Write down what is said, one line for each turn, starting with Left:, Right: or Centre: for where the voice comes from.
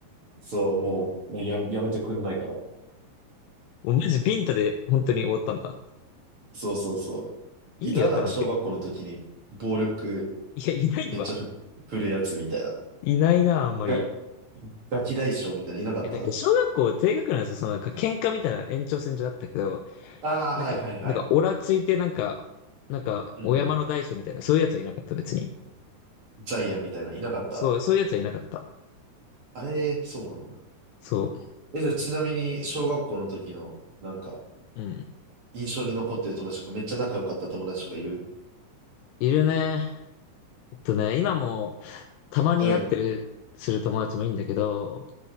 Right: そう、もう、まあや、やめてくんないから。
Left: もうマジビンタで本当に終わったんだ。
Right: そうそうそう。
Left: 意味わからんけど。
Right: いた、なんか小学校の時に、暴力
Left: いや、いないわ。
Right: めっちゃふ、振るやつみたいな。
Left: いないな、あんまり。
Right: が、
Left: い
Right: ガキ大将みたいな、いなかった
Left: やなんか、小学校低学年なんですよ。そのなんか、喧嘩みたいな延長線上だったけど、
Right: ああー、
Left: なんか、
Right: はいはいはい。
Left: なんか、オラついて、なんか、なんか、
Right: うんうん。
Left: お山の大将みたいな、そういうやつはいなかった、別に。
Right: ジャイアンみたいな、いなかった
Left: そう、そういうやつはいなかった。
Right: あれ、そうなんだ。
Left: そ
Right: え、じゃあちなみに、小学校の時の、なんか、
Left: う。うん。
Right: 印象に残ってる友達とか、めっちゃ仲良かった友達とかいる
Left: いるね。えっとね、今もたまに会ってる、
Right: うん、
Left: する友達もいいんだけど、